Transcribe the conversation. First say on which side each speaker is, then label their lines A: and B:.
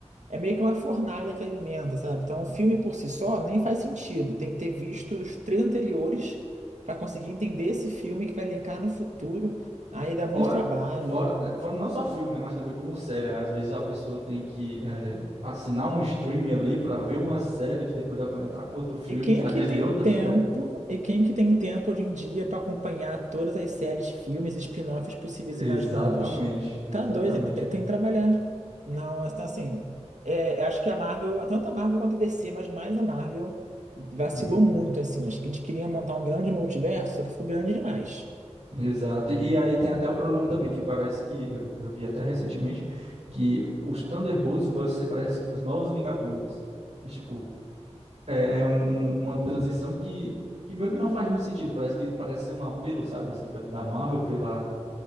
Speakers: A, on the right; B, on the right.
A: É meio que uma fornalha que alimenta, sabe? Então, um filme por si só nem faz sentido. Tem que ter visto os três anteriores para conseguir entender esse filme que vai linkar no futuro. Aí dá muito
B: Fora,
A: trabalho.
B: fora, fora não só filme, né? Mas também como série. Às vezes a pessoa tem que eh, assinar um streaming ali para ver uma série que depois vai conectar com outro filme,
A: E quem
B: que às
A: que
B: vezes
A: tem
B: vem outra
A: tempo,
B: série.
A: e quem que tem tempo hoje em dia para acompanhar todas as séries, filmes, spin-offs possíveis
B: Exatamente,
A: e imagináveis?
B: exatamente.
A: Tá doido, tem, tem- tem que trabalhar. Não, é, tá assim, é, eu acho que a Marvel, tanto a Marvel quanto a DC, mas mais a Marvel, vacilou
B: Uhum.
A: muito, assim. Acho que eles queriam montar um grande multiverso, só que foi grande demais.
B: Exato. E aí tem até o problema também, que parece que eu, eu vi até recentemente que os Thunderbolts você parece que os Novos Vingadores. E, tipo, é, é um- um- uma transição que, que meio que não faz muito sentido. Parece que parece ser um apelo, sabe, assim, pelo, da Marvel pela